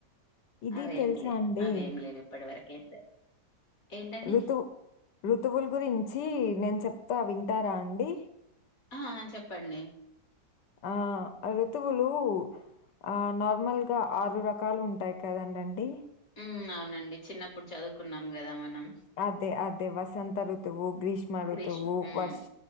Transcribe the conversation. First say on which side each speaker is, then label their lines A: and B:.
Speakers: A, on the left (about 85°); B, on the left (about 55°).
A: ఇది
B: అవేం
A: తెలుసా
B: లేదు
A: అండి?
B: అవేం లేవు ఇప్పడ వరకైతే ఏంటండి
A: ఋతువు ఋతువుల్ గురించి నేన్ చొప్తా వింటారా అండి
B: ఆహ చెప్పండి
A: ఆ ఋతువులుు ఆ నార్మల్గా ఆరు రకాలు ఉంటాయ్ కదండండి
B: ఉమ్ అవునండి చిన్నప్పుడు చదువుకున్నాం గదా మనం
A: అదే అదే వసంత ఋతువు గ్రీష్మ రుతువు
B: గ్రీష్మ్ మ్
A: వర్ష్